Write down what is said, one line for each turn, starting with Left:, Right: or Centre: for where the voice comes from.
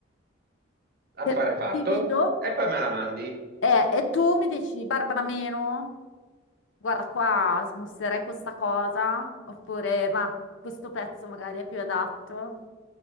Right: affare
Left: te la
Right: fatto.
Left: divido
Right: E poi me la mandi.
Left: eh, e tu mi dici, Barbara meno, guarda qua, smusserei questa cosa, oppure ma questo pezzo magari è più adatto.